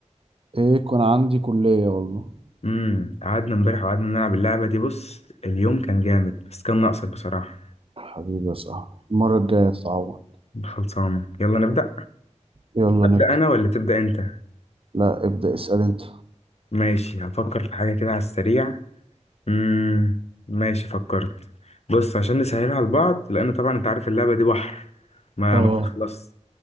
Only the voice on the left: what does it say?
امم قعدنا امبارح وقعدنا نلعب اللعبه دي بص اليوم كان جامد بس كان ناقصك بصراحه
خلصانه يلا نبدا
ابدا
انا ولا تبدا انت
ماشي هفكر في حاجة كده على السريع مم. ماشي فكرت بص عشان نسهلها على بعض لأن طبعا أنت عارف اللعبة دي بحر ما
ما بتخلص